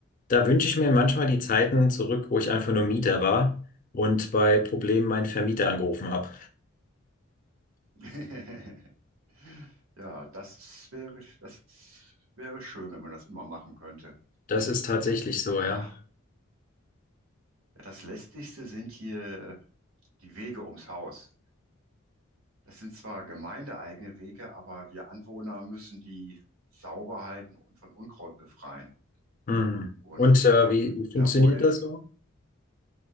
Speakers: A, on the left (about 40°); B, on the right (about 75°).
A: Da wünsche ich mir manchmal die Zeiten zurück, wo ich einfach nur Mieter war und bei Problemen meinen Vermieter angerufen habe.
B: <laughs> Ja, das wäre, das wäre schön, wenn man das immer machen könnte.
A: Das ist tatsächlich so,
B: Ah,
A: ja.
B: ja, das Lästigste sind hier die Wege ums Haus. Das sind zwar gemeindeeigene Wege, aber wir Anwohner müssen die sauber halten und von Unkraut befreien.
A: Hm.
B: Und
A: Und äh,
B: da,
A: wie, wie funktioniert
B: da wurde,
A: das so?